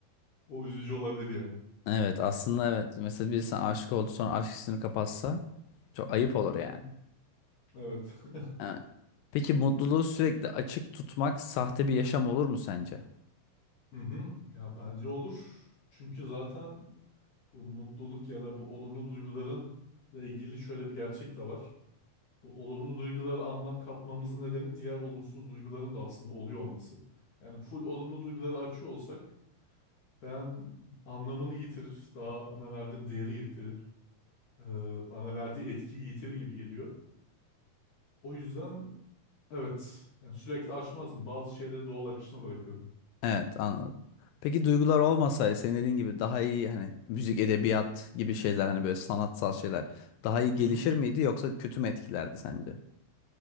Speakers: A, on the left; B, on the left.
A: O üzücü olabilir yani.
B: Evet aslında evet. Mesela biri sana aşık oldu sonra aşk hissini kapatsa çok
A: Hı hı.
B: ayıp olur yani.
A: Evet. <laughs>
B: Evet. Peki mutluluğu sürekli açık tutmak sahte bir yaşam olur mu sence?
A: Hı hı. Ya bence olur. Çünkü zaten bu mutluluk ya da bu olumlu duygularınla ilgili şöyle bir gerçek de var. Bu olumlu duygulara anlam katmamızın nedeni diğer olumsuz duyguların da aslında oluyor olması. Yani full olumlu duyguları açıyor olsak ben anlamını yitirir, daha ona verdiğim değeri yitirir, eee, bana verdiği etkiyi yitirir gibi geliyor. O yüzden evet yani sürekli açmazdım. Bazı şeyleri doğal akışına bırakırdım.
B: Evet anladım. Peki duygular olmasaydı senin dediğin gibi daha iyi hani müzik, edebiyat gibi şeyler hani böyle sanatsal şeyler daha iyi gelişir
A: Hı hı.
B: miydi yoksa kötü mü etkilerdi sence?